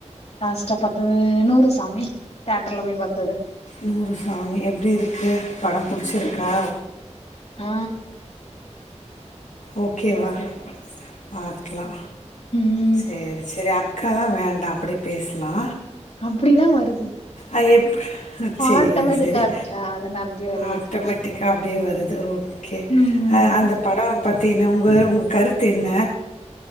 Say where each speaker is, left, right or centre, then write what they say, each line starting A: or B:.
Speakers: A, on the left (about 60°); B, on the left (about 85°).
A: லாஸ்ட்டா பாத்தது நூறு சாமி தேட்டர்ல போய் பாத்
B: நூறு சாமி எப்டி இருக்கு படோ புடிச்சிருக்கா
A: அ
B: ஓகேவா பாக்லா
A: ம்
B: செரி செரி அக்காலா வேண்டா அப்புடியே பேசலா
A: அப்புடிதா வருது
B: அ எப் செரி
A: ஆட்டோமேட்டிக்கா
B: செரி
A: இருக்குல அதனாலடி வருதுக்கா
B: ஆட்டோமேட்டிக்கா அப்டியே வருது ஓ ஓகே
A: ம் ம்
B: அ அந்த படோ பத்தி என்ன உங்க உங்க கருத்து என்ன